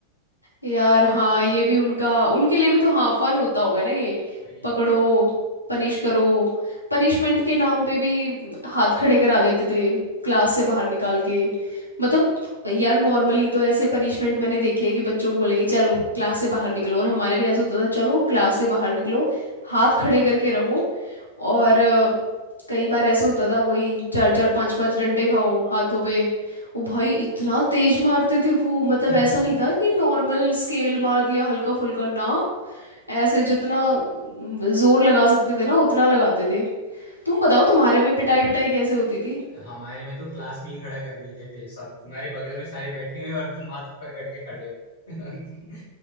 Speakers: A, on the left (about 85°); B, on the left (about 70°).
A: यार हाँ ये भी उनका उनके लिए भी तो हाँ फन होता होगा ना ये
B: वही
A: पकड़ो पनिश करो पनिशमेंट के नाम पे भी हाथ खड़े करा देते थे क्लास से बाहर निकाल के मतलब यार नॉर्मली तो ऐसे पनिशमेंट मैंने देखी है कि बच्चों को बोलेंगे चलो क्लास से बाहर निकलो और हमारे में ऐसा होता था चलो क्लास से बाहर निकलो हाथ खड़े करके रहो और अ, कई बार ऐसे होता था वही चार चार पांच पांच डंडे खाओ हाथों पे ओ भाई इतना तेज मारते थे वो मतलब
B: <laughs>
A: ऐसा नहीं था कि नॉर्मल स्केल मार दिया हल्का फुल्का ना ऐसे जितना अम, जोर लगा सकते थे ना उतना लगाते थे तुम बताओ तुम्हारे में पिटाई विटाई कैसे होती थी
B: हमारे में तो क्लास में ही खड़ा कर देते थे सब तुम्हारे बगल में सारे बैठे हुए हैं और तुम हाथ ऊपर करके खड़े हो <laughs>